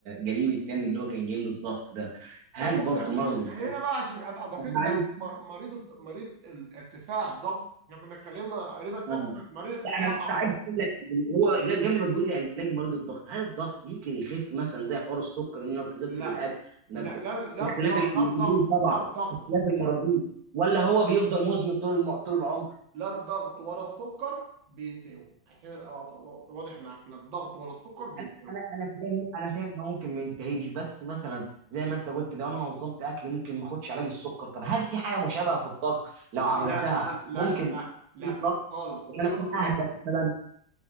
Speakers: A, on the right (about 60°); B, on the right (about 80°).
A: قريبي التاني اللي هو كان جاي له الضغط ده هل
B: طب بص
A: برضه
B: يا هدى
A: مرض الضغط
B: هنا بقى عشان ابقى دقيق
A: طب معلش
B: معاك مر- مريض الض- مريض ال- ارتفاع الضغط احنا كنا اتكلمنا قريبا ده
A: اه
B: كان مريض ارتفاع
A: لا انا بس
B: الضغط
A: عايز اقول لك إن هو قبل قبل ما تقول لي علاج مريض الضغط هل الضغط ممكن يخف مثلا زي حوار السكر ان انا لو التزمت
B: لا
A: بالاكل ما
B: لا
A: بج-
B: لا لا
A: باختلاف
B: الضغط
A: المرضين
B: لا الضغط
A: طبعا
B: لا الضغط
A: باختلاف المرضين ولا هو بيفضل مزمن طول الم... طول العمر
B: لا الضغط ولا السكر بينتهوا عشان ابقى وا- واضح معاك لا الضغط ولا السكر بينتهوا
A: انا انا انا فاهم انا فاهم انه ممكن ما ينتهيش بس مثلا زي ما انت قلت لو انا نظمت اكلي ممكن ما اخدش علاج السكر طب هل في حاجه مشابهه في الضغط لو عملتها
B: لا لا لا
A: ممكن
B: لا
A: ما
B: لا
A: يكونش الضغط
B: خالص
A: ان
B: الضغط
A: انا اكون
B: لا
A: اهدى مثلا